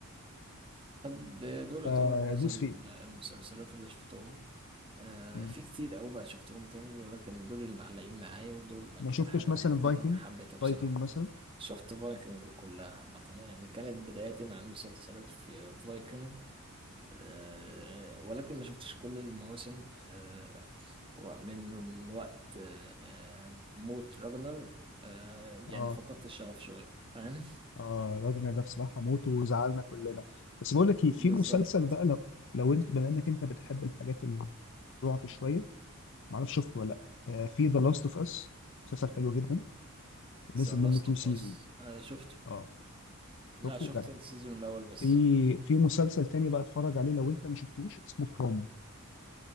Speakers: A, on the right; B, on the left.
A: طب ده- دول
B: فدوس
A: يعتبر معظم ال-
B: فيه
A: المسلسلات اللي شفتهم آه
B: مم.
A: في كتير أوي بقى شفتهم تاني ولكن دول اللي معلقين معايا ودول أكتر
B: ما شفتش
A: حاجة
B: مثلا
A: بحبيتها
B: فايكنج
A: وحبيتها بصراحة
B: فايكنج مثلا
A: شفت فايكنج كلها عامة يعني كانت بداياتي مع المسلسلات في فايكنج آه ولكن ما شفتش كل المواسم آه ومن وقت آه موت راجنر آه
B: اه
A: يعني فقدت الشغف شوية فاهم
B: اه راجل ده بصراحه موته وزعلنا كلنا بس بقول لك ايه، في
A: <laughs> بالظبط
B: مسلسل بقى لو لو انت بما انك انت بتحب الحاجات الرعب شويه ما اعرفش شفته ولا لا آه، في ذا لاست اوف اس مسلسل حلو جدا نزل
A: ذا لاست
B: منه تو
A: اوف
B: سيزون
A: اس شفته
B: اه شفته
A: لا شفت
B: جدع
A: السيزون الاول بس
B: في في مسلسل تاني بقى اتفرج عليه لو انت ما شفتوش اسمه فروم